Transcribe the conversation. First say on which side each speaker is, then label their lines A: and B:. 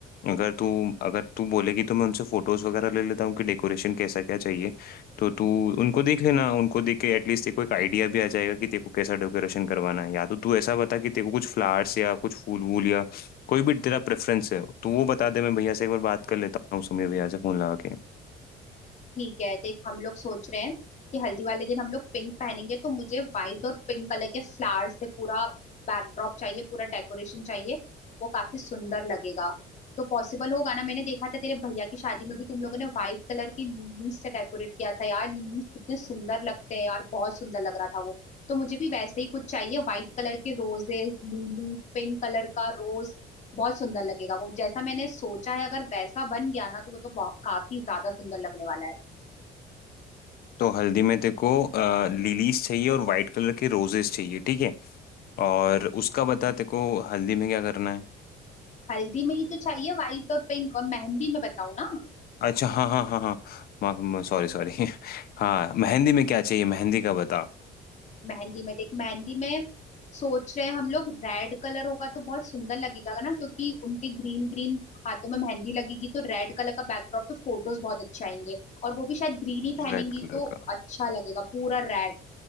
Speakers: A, on the left; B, on the left.
A: अगर तू अगर तू बोलेगी तो मैं उनसे फोटोज वगैरह ले लेता हूँ कि डेकोरेशन कैसा क्या चाहिए तो तू उनको देख लेना उनको देख के एटलीस्ट तेरे को एक आइडिया भी आ जाएगा कि तेरे को कैसा डेकोरेशन करवाना है या तो तू ऐसा बता कि तेरे को कुछ फ्लावर्स या कुछ फूल वूल या कोई भी तेरा प्रेफरेंस है तो वो बता दे मैं भैया से एक बार बात कर लेता हूँ सुमीर भैया से फोन लगा के
B: ठीक है देख हम लोग सोच रहे हैं कि हल्दी वाले दिन हम लोग पिंक पहनेंगे तो मुझे व्हाइट और पिंक कलर के फ्लावर से पूरा बैकड्रॉप चाहिए पूरा डेकोरेशन चाहिए वो काफी सुंदर लगेगा तो पॉसिबल होगा ना मैंने देखा था तेरे भैया की शादी में भी तुम लोगों ने व्हाइट कलर की लिलीज से डेकोरेट किया था यार लिलीज कितने सुंदर लगते हैं यार बहुत सुंदर लग रहा था वो तो मुझे भी वैसे ही कुछ चाहिए व्हाइट कलर के रोजेस लिली पिंक कलर का रोज बहुत सुंदर लगेगा वो जैसा मैंने सोचा है अगर वैसा बन गया ना तो वो तो बहु- काफी ज्यादा सुंदर लगने वाला है
A: तो हल्दी में तेरे को लिलीज चाहिए और वाइट कलर के रोजेस चाहिए ठीक है और उसका बता तेरे को हल्दी में क्या करना है
B: हल्दी में ही तो चाहिए व्हाइट और पिंक और मेहंदी में बताऊँ ना
A: अच्छा हाँ हाँ हाँ हाँ माफ सॉरी सॉरी <laughs> हाँ मेहंदी में क्या चाहिए मेहंदी का बता
B: मेहंदी में देख मेहंदी में सोच रहे हैं हम लोग रेड कलर होगा तो बहुत सुंदर लगेगा ना क्योंकि उनके ग्रीन ग्रीन हाथों में मेहंदी लगेगी तो रेड कलर का बैकड्रॉप पे फोटोज बहुत अच्छे आएंगे और वो भी शायद ग्रीन ही पहनेंगी
A: रेड कलर
B: तो
A: का
B: अच्छा लगेगा पूरा रेड